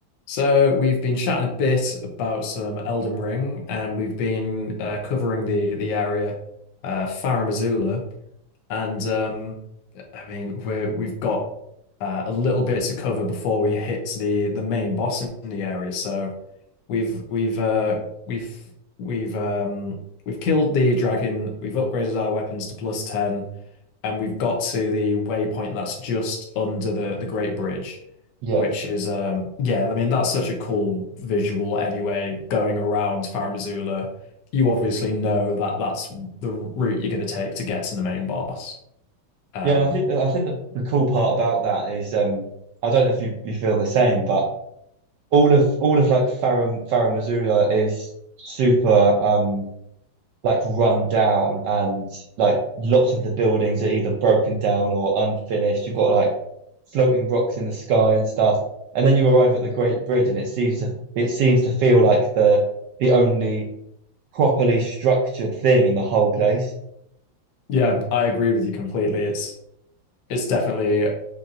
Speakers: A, on the left; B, on the right.
A: So we've been chatting a bit about some Elden Ring, and we've been uh, covering the the area, uh, Farum Azula, and um, I mean we we've got uh, a little bit to cover before we hit the the main boss in the area. So we've we've uh, we've we've um, we've killed the dragon. We've upgraded our weapons to plus ten and we've got to the waypoint that's just under the the Great Bridge,
B: Yeah.
A: which is um yeah, I mean that's such a cool visual anyway, going around Farum Azula. You obviously know that that's the route you're going to take to get to the main boss. Um
B: Yeah, and I think I think the, the cool part about that is um I don't know if you, you feel the same, but all of all of like Farah Farah Missoula is super um like run down and like lots of the buildings are either broken down or unfinished. You've got like floating rocks in the sky and stuff. And then you arrive at the Great Bridge and it seems to it seems to feel like the the only properly structured thing in the whole place.
A: yeah, I agree with you completely. It's it's definitely